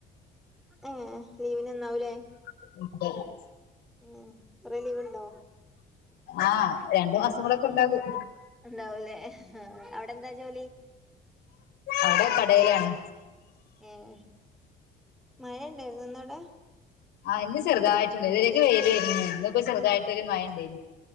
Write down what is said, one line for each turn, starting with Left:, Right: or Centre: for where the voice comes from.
Centre: ഏഹ്, ലീവിന് വന്നാവുലേ?
Left: <unintelligible>
Centre: ഉം കൊറേ ലീവ് ണ്ടോ?
Left: ആഹ്, രണ്ടു മാസം കൂടെക്കെ ഇണ്ടാകും.
Centre: ഇണ്ടാവുലേ ആഹ്. അവ്ടെന്താ ജോലി?
Left: അവ്ടെ കടേലാണ്.
Centre: ഏഹ്, മയണ്ടായിര്ന്നോ ഇന്നവ്ടെ?
Left: ആഹ് ഇന്ന് ചെറുതായിട്ടുണ്ടായ്ര്ന്നു. <unintelligible> വെയിലേയ്ര്ന്നു. ഇന്ന് ഇപ്പ ചെറുതായിട്ടൊരു മഴണ്ടേയ്രുന്നു.